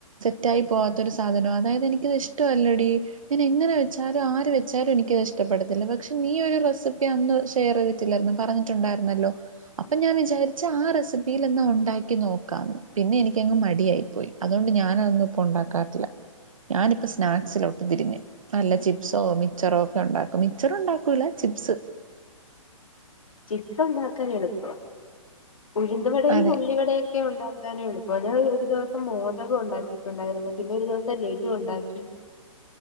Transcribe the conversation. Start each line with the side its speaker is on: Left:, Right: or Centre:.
Right: സെറ്റായി പോവാത്തൊരു സാധനവ അതായത് എനിക്കത് ഇഷ്ടമല്ലടി ഞാൻ എങ്ങനെ വെച്ചാലും ആര് വെച്ചാലും എനിക്കത് ഇഷ്ടപ്പെടത്തില്ല, പക്ഷെ നീയ ഒരു റെസിപ്പി അന്ന് ഷെയർ ചെയ്തിട്ടില്ലായിരുന്നോ? പറഞ്ഞിട്ടുണ്ടായിരുന്നല്ലോ? അപ്പൊ ഞാൻ വിചാരിച്ച ആ റെസിപ്പിയിൽ ഇന്ന് ഉണ്ടാക്കി നോക്കാന്ന് പിന്നെ എനിക്കങ്ങ് മടിയായി പോയി അതുകൊണ്ട് ഞാാന അതൊന്നും ഇപ്പ ഉണ്ടാക്കാറില്ല ഞാനിപ്പോ സ്നാക്സൽ ഒട്ട് തിരിഞ്ഞ്, വല്ല ചിപ്സോ മക്ച്ചറോ ഒക്കെ ഉണ്ടാക്കും മിക്ച്ചർ ഉണ്ടാക്കൂല ചിപ്സ്.
Left: ചിക്കൻ ഉണ്ടാക്കാൻ എളുപ്പവ. ഉഴുന്നവിടടെയും,
Right: അതെ
Left: ഉള്ളിവടയും ഒക്കെ ഉണ്ടാക്കാനും എളും <unintelligible> ഒരു ദിവസം മോദകം ഉണ്ടാക്കിട്ടുണ്ടായിരുന്നു പിന്നെ ഒരു ദിവസം ലഡു ഉണ്ടാക്കി